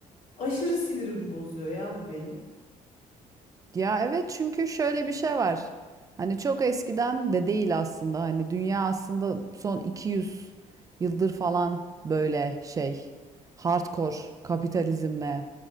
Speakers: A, on the left; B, on the right.
A: aşırı sinirimi bozuyor ya bu benim.
B: Ya evet çünkü şöyle bir şey var. Hani çok eskiden de değil aslında hani dünya aslında son 200 yıldır falan böyle şey hardcore kapitalizmle